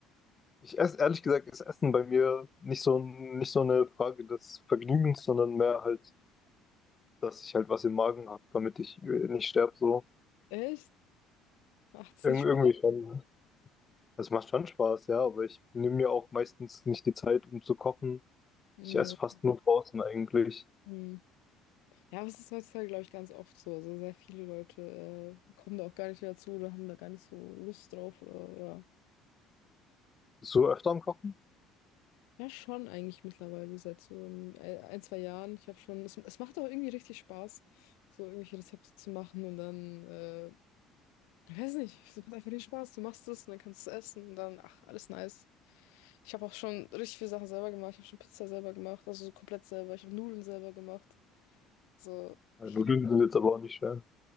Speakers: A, on the left (about 30°); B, on the left (about 85°).
A: Ich esse, ehrlich gesagt, ist Essen bei mir nicht so, ein- nicht so eine Frage des Vergnügens, sondern mehr halt, dass ich halt was im Magen habe, damit ich äh, nicht sterbe, so.
B: echt? macht es
A: Irg
B: nicht Spaß.
A: irgendwie schon. Das macht schon Spaß, ja, aber ich nehme mir auch meistens nicht die Zeit, um zu kochen.
B: Mhm.
A: Ich esse fast nur draußen eigentlich.
B: Mhm. Ja, aber es ist heutzutage, glaube ich, ganz oft so. Also sehr viele Leute äh, kommen da auch gar nicht mehr zu oder haben da gar nicht so Lust drauf oder ja.
A: Bist du öfter am Kochen?
B: Ja, schon eigentlich mittlerweile seit so ein, äh, ein zwei Jahren. Ich habe schon, es, es macht auch irgendwie richtig Spaß, so irgendwelche Rezepte zu machen und dann, äh, ich weiß nicht, es macht einfach den Spaß. Du machst es und dann kannst du es essen und dann, ach, alles nice. Ich habe auch schon richtig viele Sachen selber gemacht. Ich habe schon Pizza selber gemacht, also so komplett selber. Ich habe Nudeln selber gemacht. So,
A: Ja,
B: ich
A: Nudeln sind jetzt aber auch nicht schwer.